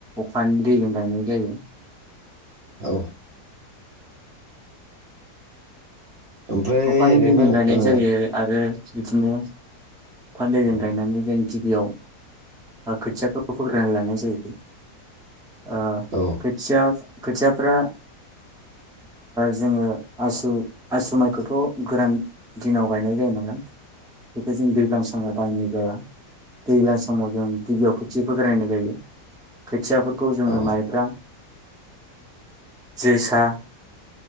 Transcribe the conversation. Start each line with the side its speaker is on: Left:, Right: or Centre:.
Centre: अखानि दैजों गायनाय जायो।
Right: औ ओमफ्राय
Centre: अखानि
Right: नोंथां
Centre: दैजों गायनाय
Right: ओ
Centre: जायो आरो बिदिनो। हालदैजों
Right: औ
Centre: गायनानै जों गिबियाव खोथियाखौ फोग्रोनानै लानाय जायो ओ
Right: औ
Centre: खोथिया खोथियाफ्रा जोङो आसु आसु माइखौथ' गोरान दिनाव गायनाय जायो नालाय बेखौ जों दै। दैज्लां समाव बायनाय जाया दैज्लां समाव जों गिबियाव खोथिया फोग्रोनाय जायो खोथियाफोरखौ जोङो
Right: औ
Centre: माइब्रा जोसा